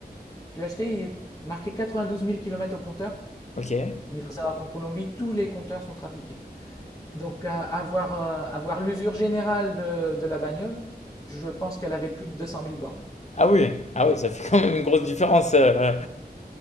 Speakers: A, on the left; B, on the left.
A: je l'ai acheté, il est marqué 92 000 km au compteur,
B: Ok. Ouais.
A: mais il faut savoir qu'en Colombie, tous les compteurs sont trafiqués. Donc à- avoir, euh, avoir l'usure générale de, de la bagnole, je pense qu'elle avait plus de 200 000 bornes.
B: Ah oui, ah oui, ça fait quand même une grosse différence. euh,